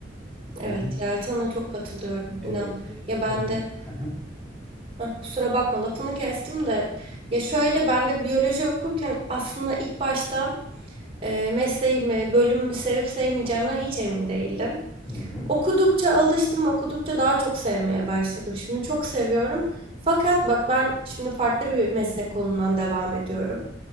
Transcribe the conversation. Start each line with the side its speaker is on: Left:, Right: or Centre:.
Centre: Emin
Right: Evet ya sana çok katılıyorum
Centre: evet,
Right: inan.
Centre: e-
Right: Ya
Centre: emin.
Right: ben de
Centre: Hı hı.
Right: Heh, kusura bakma lafını kestim de ya şöyle ben de biyoloji okurken aslında ilk başta e, mesleğimi, bölümümü sevip sevmeyeceğimden hiç emin değildim.
Centre: Hı hı.
Right: Okudukça alıştım, okudukça daha çok sevmeye başladım. Şimdi çok seviyorum. Fakat bak ben şimdi farklı bir meslek kolundan devam ediyorum.